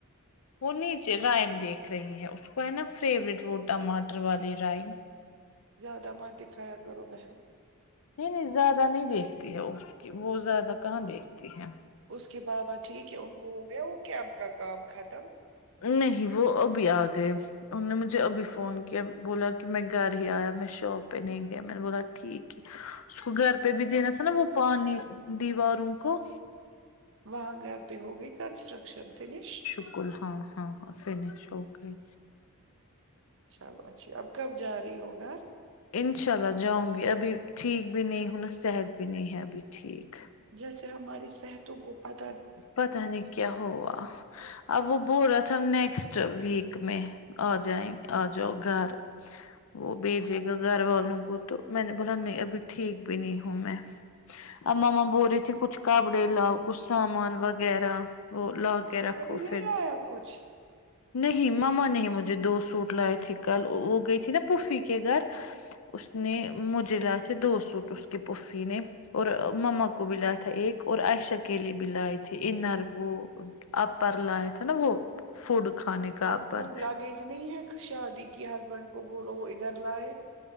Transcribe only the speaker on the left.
وہ نیچے رائم دیکھ رہی ہے اس کو ہے نا فیورٹ وہ ٹماٹر والی رائم
نہیں نہیں زیادہ نہیں دیکھتی ہے وہ کی وہ زیادہ کہاں دیکھتی ہے
نہیں وہ ابھی آ گئے انہوں نے مجھے ابھی فون کیا بولا کہ میں گھر ہی آیا میں شاپ پہ نہیں گیا میں نے بولا ٹھیک ہے اس کو گھر پہ بھی دینا تھا نا وہ پانی دیواروں کو
بالکل ہاں ہاں ہاں فینیش ہوگئی
انشاء اللہ جاؤں گی ابھی ٹھیک بھی نہیں ہوں صحت بھی نہیں ہے ابھی ٹھیک
پتہ نہیں کیا ہوا اب وہ بول رہا تھا نیکسٹ ویک میں آ جائیںے آ جاؤ گھر وہ بھیجے گا گھر والوں کو تو میں نے بولا نہیں ابھی ٹھیک بھی نہیں ہوں میں ماما بول رہی تھی کچھ کپڑے لاؤ کچھ سامان وغیرہ وہ لا کے رکھو
پھر
نہیں مما نے ہے مجھے دو سوٹ لائے تھے کل وہ گئی تھی نا پوفی کے گھر اس نے مجھے دو سوٹ اس کے پوفی نے اور مما کو بھی لایا تھا ایک اور عائشا کے کے لیے بھی لائے تھے انر وہ اپر لائے تھے نا وہ فوڈ کھانے کا
اپر